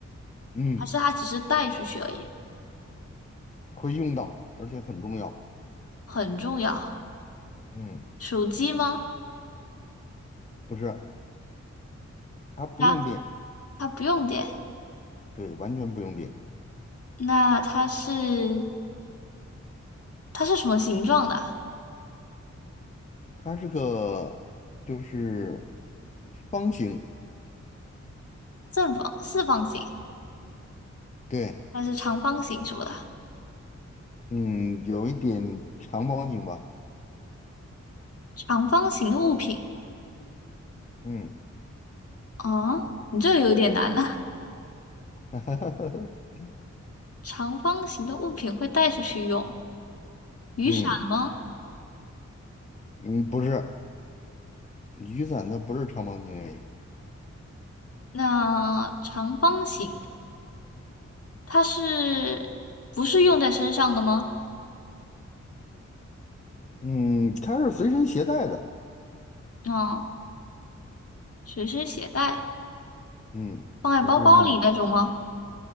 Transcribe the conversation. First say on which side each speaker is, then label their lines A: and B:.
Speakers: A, on the left (about 25°); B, on the left (about 50°).
A: 嗯，
B: 还是它只是带出去而已？
A: 会用到，而且很重要，
B: 很重要。
A: 嗯，
B: 手机吗？
A: 不是，它不用电，
B: 那它不用电。
A: 对，完全不用电，
B: 那它是它是什么形状的啊
A: 它是个就是方形，
B: 正方、四方形
A: 对，
B: 还是长方形什么的？
A: 嗯，有一点长方形吧，
B: 长方形的物品
A: 嗯，
B: 啊，你这有点难了。
A: <laughs>
B: <laughs> 长方形的物品会带出去用，雨伞吗？
A: 嗯嗯，不是。雨伞它不是长方形而已
B: 那长方形。它是不是用在身上的吗？
A: 嗯，它是随身携带的，
B: 啊，随身携带，
A: 嗯，
B: 放在包包里那种吗？
A: 不是用，